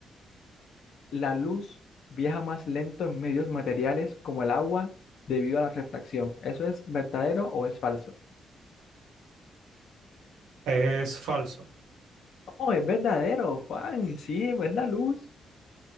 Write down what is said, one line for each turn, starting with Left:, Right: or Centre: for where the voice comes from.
Left: La luz viaja más lento en medios materiales como el agua debido a la refracción. ¿Eso es verdadero o es falso?
Right: Eh, Es falso.
Left: No, es verdadero, Juan, sí, es la luz.